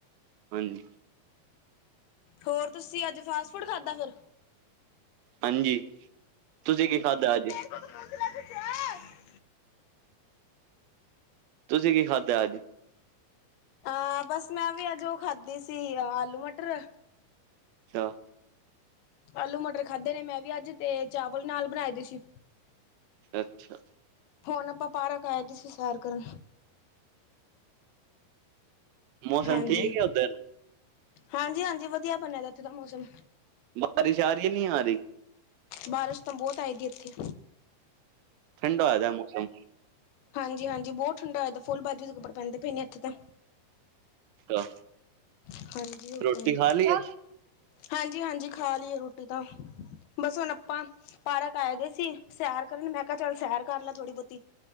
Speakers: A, on the right; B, on the left.
A: ਹਾਂਜੀ।
B: ਹੋਰ ਤੁਸੀਂ ਅੱਜ ਫਾਸਟ ਫੂਡ ਖਾਧਾ ਫਿਰ
A: ਹਾਂਜੀ। ਤੁਸੀਂ ਕੀ ਖਾਧਾ ਅੱਜ।
B: <inaudible>
A: ਤੁਸੀਂ ਕੀ ਖਾਧਾ ਅੱਜ
B: ਅ ਬਸ ਮੈਂ ਵੀ ਅੱਜ ਉਹ ਖਾਧੀ ਸੀ ਆਲੂ ਮਟਰ
A: ਅੱਛਾ।
B: ਆਲੂ ਮਟਰ ਖਾਧੇ ਨੇ ਮੈਂ ਵੀ ਅੱਜ ਤੇ ਚਾਵਲ ਨਾਲ ਬਣਾਏ ਦੇ ਸੀ
A: ਅੱਛਾ
B: ਹੁਣ ਆਪਾਂ ਪਾਰਕ ਆਏ ਸੀ ਸੈਰ ਕਰਨ
A: ਮੌਸਮ
B: ਹਾਂਜੀ।
A: ਠੀਕ ਹੈ ਉੱਧਰ
B: ਹਾਂਜੀ ਹਾਂਜੀ ਵਧੀਆ ਬਣਿਆ ਦਾ ਏਥੇ ਦਾ ਮੌਸਮ।
A: ਬਾਰਿਸ਼ ਆ ਰਹੀ ਹੈ ਨਹੀਂ ਆ ਰਹੀ
B: ਬਾਰਿਸ਼ ਤਾਂ ਬਹੁਤ ਆਏਗੀ ਇੱਥੇ
A: ਠੰਡਾ ਹੋਇਆ ਦ ਮੌਸਮ
B: ਹਾਂਜੀ ਹਾਂਜੀ ਬਹੁਤ ਠੰਡਾ ਆ ਫੁੱਲ ਬਾਜੁ ਦੇ ਕੱਪੜੇ ਪੈਂਦੇ ਪਏ ਨੇ ਇਥੇ ਤਾਂ।
A: ਅੱਛਾ
B: ਹਾਂਜੀ ਉਹ
A: ਰੋਟੀ
B: ਤਾਂ ਏ।
A: ਖਾ ਲਈ ਹੈ
B: ਹਾਂਜੀ ਹਾਂਜੀ ਖਾ ਲਈਏ ਰੋਟੀ ਤਾਂ ਬਸ ਹੁਣ ਆਪਾਂ ਪਾਰਕ ਆਏਦੇ ਸੀ ਸੈਰ ਕਰਨ ਮੈਂ ਕਿਹਾ ਚੱਲ ਸੈਰ ਕਰ ਲਾ ਥੋੜੀ ਬਹੁਤੀ